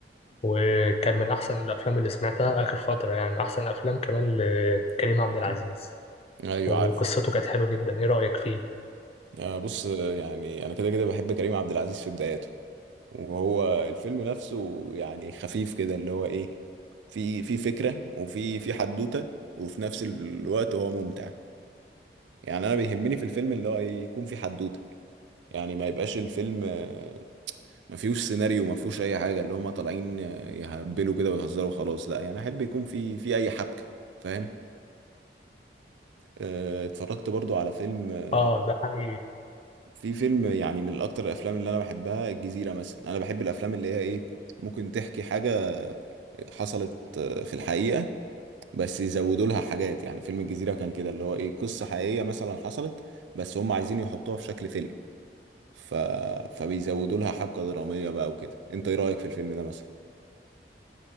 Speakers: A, on the left; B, on the right.
A: وكان من أحسن الأفلام اللي سمعتها آخر فترة يعني أحسن أفلام كمان لكريم عبد العزيز
B: ايوه
A: وقصته
B: عارف
A: كانت حلوة جدا إيه رأيك فيه؟
B: آه، بص آه، يعني انا كده كده بحب كريم عبد العزيز في بداياته وهو الفيلم نفسه يعني خفيف كده اللي هو ايه في في فكره وفي في حدوته وفي نفس الوقت هو ممتع يعني انا بيهمني في الفيلم اللي هو إيه، يكون في حدوته يعني ما يبقاش الفيلم آه، ما فيهوش سيناريو ما فيهوش اي حاجه اللي هم طالعين آه، يهبلوا كده ويهزروا خلاص لا يعني احب يكون في في اي حبكه فاهم آه، اتفرجت برضو على فيلم آه،
A: آه ده حقيقي
B: في فيلم يعني من اكتر الافلام اللي انا بحبها الجزيره مثلا انا بحب الافلام اللي هي ايه ممكن تحكي حاجه حصلت آه، في الحقيقه بس يزودوا لها حاجات يعني فيلم الجزيره كان كده اللي هو ايه قصه حقيقيه مثلا حصلت بس هم عايزين يحطوها في شكل فيلم ف... فبيزودوا لها حبكة درامية بقى وكده انت ايه رأيك في الفيلم ده مثلا